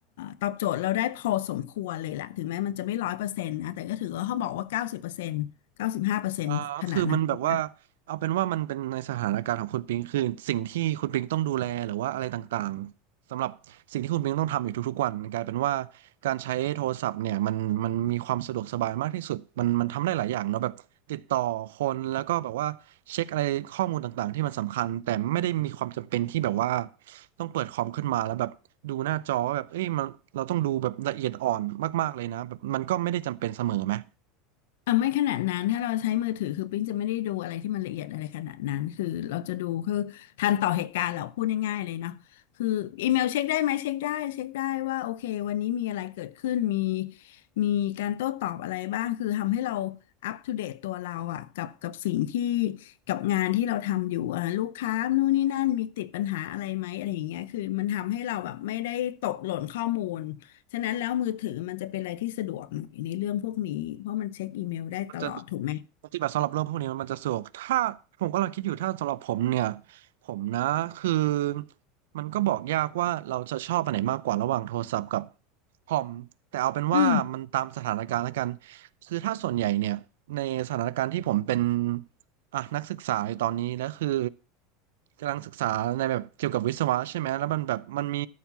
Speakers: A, on the left (about 80°); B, on the right (about 85°).
A: ตอบโจทย์เราได้พอสมควรเลยแหละถึงแม้มันจะไม่ร้อยเปอร์เซ็นต์นะแต่ก็ถือว่าเขาบอกว่าเก้าสิบเปอร์เซ็นต์เก้าสิบห้าเปอร์เซ็นต์ขนาดนั้นเลยนะ
B: อ่าคือมันแบบว่าเอาเป็นว่ามันเป็นในสถานการณ์ของคุณปิงคือสิ่งที่คุณปิงต้องดูแลหรือว่าอะไรต่างๆสำหรับสิ่งที่คุณปิงต้องทำอยู่ทุกๆวันกลายเป็นว่าการใช้โทรศัพท์เนี่ยมันมันมีความสะดวกสบายมากที่สุดมันมันทำได้หลายอย่างเนาะแบบติดต่อคนแล้วก็แบบว่าเช็คอะไรข้อมูลต่างๆที่มันสำคัญแต่ไม่ได้มีความจำเป็นที่แบบว่าต้องเปิดคอมขึ้นมาแล้วแบบดูหน้าจอว่าแบบเอ้ยมันเราต้องดูแบบละเอียดอ่อนมากๆเลยนะแบบมันก็ไม่ได้จำเป็นเสมอไหม
A: อ่ะไม่ขนาดนั้นถ้าเราใช้มือถือคือปิ๊งจะไม่ได้ดูอะไรที่มันละเอียดอะไรขนาดนั้นคือเราจะดูคือทันต่อเหตุการณ์เราพูดง่ายๆเลยเนาะคืออีเมลเช็คได้ไหมเช็คได้เช็คได้ว่าโอเควันนี้มีอะไรเกิดขึ้นมีมีการโต้ตอบอะไรบ้างคือทำให้เราอัปทูเดตตัวเราอ่ะกับกับสิ่งที่กับงานที่เราทำอยู่อ่ะลูกค้านู่นนี่นั่นมีติดปัญหาอะไรไหมอะไรอย่างเงี้ยคือมันทำให้เราแบบไม่ได้ตกหล่นข้อมูล ฉะนั้นแล้วมือถือมันจะเป็นอะไรที่สะดวกหน่อยในเรื่องพวกนี้เพราะมันเช็คอีเมลได้ตลอดถูกไหม
B: มันจะ ปฏิบัติสำหรับเรื่องพวกนี้มันจะสะดวกถ้าผมกำลังคิดอยู่ถ้าสำหรับผมเนี่ยผมนะคือมันก็บอกยากว่าเราจะชอบอันไหนมากกว่าระหว่างโทรศัพท์กับคอมแต่เอาเป็นว่ามันตามสถานการณ์แล้วกัน
A: อืม
B: คือถ้าส่วนใหญ่เนี่ยในสถานการณ์ที่ผมเป็น อ่ะนักศึกษาอยู่ตอนนี้แล้วคือกำลังศึกษาในแบบเกี่ยวกับวิศวะใช่ไหมแล้วมันแบบมันมี